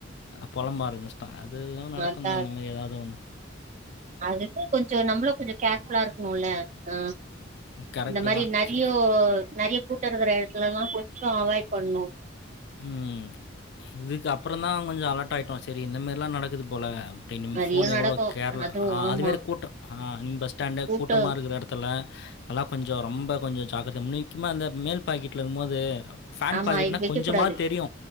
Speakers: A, on the left; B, on the right.
A: அ பொலம்ப ஆரம்பிச் அது அதுல்லா நடக்குந்தா
B: அதா
A: அந்தமாரி எதாவ்து ஒன்னு
B: அதுக்கு கொஞ்சோ நம்மளு கொஞ்சோ கேர்ஃபுல்லா இருக்கணுல்ல ஆ
A: கரெக்ட்டு
B: இந்த மாரி
A: தான்.
B: நெறையோ
A: சே
B: நெறய கூட்ட இருக்கற எடத்துலல்லா கொஞ்சோ அவாய்ட் பண்ணு
A: ம் இதுக்கு அப்பறந்தா கொஞ்சோ அலட் ஆயிட்டோ செரி இந்தமாரில்லா நடக்குது போல அப்டின்
B: நெறைய
A: ஃபோன
B: நடக்கு
A: எவ்ளோ கேர்ல
B: அதுவு
A: அ
B: ஆமா
A: அதுமாரி கூட்டோ அ இந் பஸ் ஸ்டாண்டு
B: கூட்டோ
A: கூட்டமா இருக்கிற எடத் துல எல்லா கொஞ்சோ ரொம்ப கொஞ்சோ ஜாக்கிரதயா முக்கிமா அந்த மேல் பாக்கெட்ல இருக்கும்போது ஃபேன்ட்
B: ஆமா
A: பாக்கெட்னா
B: இது வைக்க
A: கொஞ்சமாத்
B: கூடாது
A: தெரியு